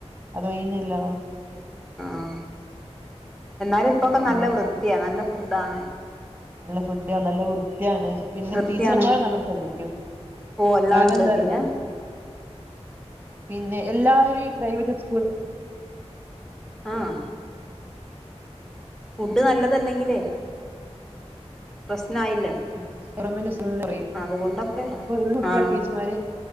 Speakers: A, on the right (about 20°); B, in the centre.
A: അത് കഴിഞ്ഞില്ല
B: ആഹ. എന്നാലും ഇപ്പോക്കെ
A: പിന്നെ
B: നല്ല വൃത്തിയാ നല്ല ഫുഡാണ്
A: നല്ല ഫുഡ്ഡ് നല്ല വൃത്ത്യാണ്. പിന്നെ
B: വൃത്തിയാണ്
A: ടീച്ചർമാര് നല്ലം ശ്രദ്ധിക്കും
B: ഓ എല്ലാം
A: കാരണം
B: ഉണ്ട്
A: എന്താ
B: പിന്നെ
A: പറയാ പിന്നെ എല്ലാവരും ഈ പ്രൈവറ്റ് സ്കൂൾ
B: ആഹ് ഫുഡ് നല്ലതല്ലെങ്കിലേ പ്രശ്നായില്ലേ?
A: ഉം ഇബ്രുമ്മന്റെ ഫുള്ള് കൊറയും.
B: അതുകൊണ്ടൊക്കെ
A: അപ്പൊ ഒര് കുട്ടി
B: ആ
A: ടീച്ചർമാര്